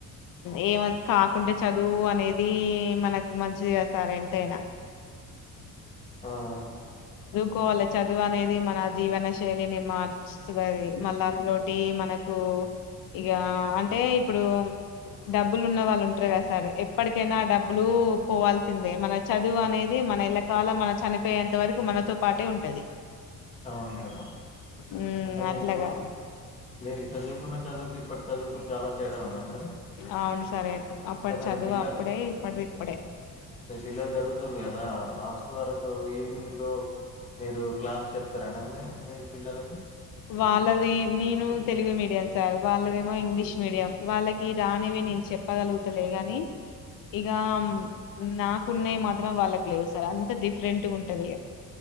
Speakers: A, on the left; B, on the left.
A: ఏమ్ కాకుంటే చదువు అనేది మనకు మంచిదే సార్ ఎంతైనా
B: ఆ ఆ
A: కోవాల్ల చదువు అనేది మన జీవన శై నినీ మా వస్తుదాని మళ్ళ అందులోటి మనకు ఇగా అంటే ఇప్పుడు డబ్బులు ఉన్న వాళ్ళు ఉంటారు కదా సార్ ఎప్పటికైనా డబ్బులు పోవాల్సిందే మన చదువు అనేది మన లా చాలా మన చనిపోయేంత వరకు మనతో పాటే ఉంటది
B: అవును మేడం
A: ఉమ్
B: అంటే మీకు
A: అట్లాగా
B: మీరు చదువుకున్న చదువుకి ఇప్పటి చదువుకు చాలా తేడా ఉందా మేడం
A: అవును సార్ అప్పడి
B: అంటే మీరు
A: చదువు
B: పిల్లలు
A: అప్పుడే ఇప్పటిది ఇప్పుడే
B: మీ పిల్లలు చదువుతుండ్రు కదా లాస్ట్ వరకు ఈవినింగ్ లో మీరు క్లాస్ చెప్తారా మీ పిల్లలకు
A: వాళ్ళది నేను తెలుగు మీడియం సార్ వాళ్ళదేమో ఇంగ్లీష్ మీడియం వాళ్ళకి రానివి నేను చెప్పగలుగుతలే కానీ ఇగ అమ్ నాకున్నయి మాత్రం వాళ్ళకు లేవు సార్ అంత డిఫరెంట్ ఉంటది.